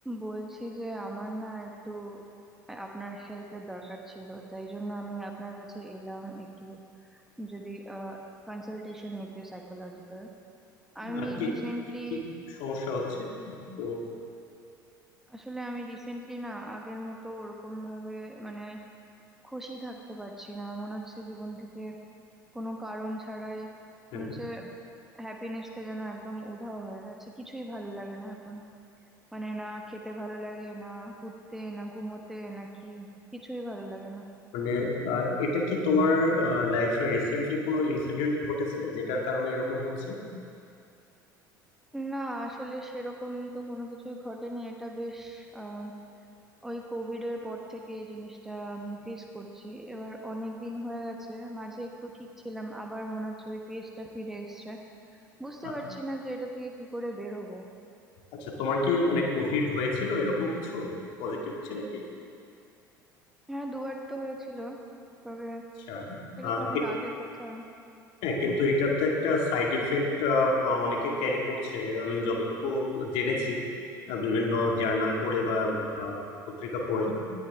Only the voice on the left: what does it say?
আর কি
কি কি সমস্যা হচ্ছে তো
হ্যাঁ,
মানে আহ, এটা কি তোমার লাইফে রিসেন্টলি কোনো ইনসিডেন্ট ঘটেছে যেটার কারণে এরকম হচ্ছে
আ-
আচ্ছা তোমার কি মানে কোভিড হয়েছিল এরকম কিছু পজিটিভ ছিল কি
আচ্ছা
আহ,
এ-
হ্যাঁ কিন্তু এটার তো একটা সাইড ইফেক্ট অনেকে ক্যারি করছে আমি যতটুকু জেনেছি আহ, বিভিন্ন জার্নাল পড়ে বা আহ, পত্রিকা পড়ে